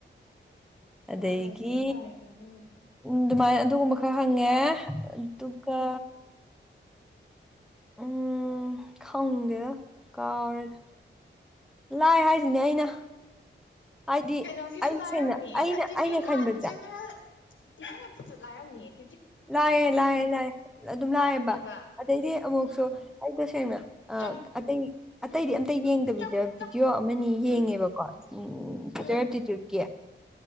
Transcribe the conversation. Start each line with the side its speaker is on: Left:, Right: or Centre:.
Centre: ꯑꯗꯩꯒꯤ
Left: ꯂꯣꯏꯈꯤꯕꯩ ꯐꯔꯦꯅꯦ ꯑꯗꯨꯕꯨꯗꯤ
Centre: ꯎꯝ ꯑꯗꯨꯃꯥꯏꯅ ꯑꯗꯨꯒꯨꯝꯕ ꯈꯔ ꯍꯪꯉꯦ ꯑꯗꯨꯒ
Left: ꯎꯝ
Centre: ꯎꯝ ꯈꯪꯗꯦꯗ ꯀꯥꯎꯔꯦꯗ ꯂꯥꯢ ꯍꯥꯏꯁꯤꯅꯦ ꯑꯩꯅ ꯍꯥꯏꯗꯤ
Left: ꯀꯩꯅꯣꯒꯤꯁꯨ
Centre: ꯑꯩ
Left: ꯂꯥꯏꯔꯝꯅꯤ
Centre: ꯁꯦꯡꯅ ꯑꯩꯅ
Left: ꯑꯦꯇꯤꯇ꯭ꯌꯨꯠ
Centre: ꯑꯩꯅ ꯈꯟꯕꯁꯦ
Left: ꯂꯥꯏꯕ ꯖꯦꯔꯦꯜ <unintelligible>
Centre: ꯂꯥꯢꯑꯦ ꯂꯥꯢꯑꯦ ꯂꯥꯢꯑꯦ ꯑꯗꯨꯝ ꯂꯥꯢꯑꯦꯕ
Left: ꯂꯥꯏꯕꯅꯦꯕ
Centre: ꯑꯗꯩꯗꯤ ꯑꯃꯨꯛꯁꯨ
Left: ꯎꯝ
Centre: ꯑꯩ ꯇꯁꯦꯡꯅ ꯑ
Left: ꯆꯪ
Centre: ꯑꯇꯩ ꯑꯇꯩꯗꯤ
Left: ꯎꯝ
Centre: ꯑꯝꯇ ꯌꯦꯡꯗꯕꯤꯗ
Left: ꯎꯝ ꯆꯪ ꯆꯪ
Centre: ꯚꯤꯗꯤꯑꯣ ꯑꯃꯅꯤ ꯌꯦꯡꯉꯦꯕꯀꯣ
Left: ꯎꯝ
Centre: <unintelligible>
Left: ꯎꯝ